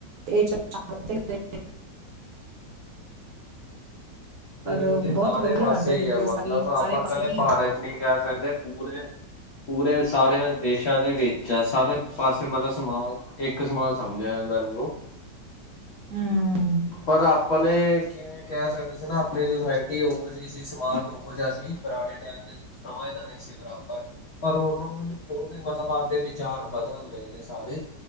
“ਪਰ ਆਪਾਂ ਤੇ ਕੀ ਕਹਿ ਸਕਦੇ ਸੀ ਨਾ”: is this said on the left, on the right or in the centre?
Left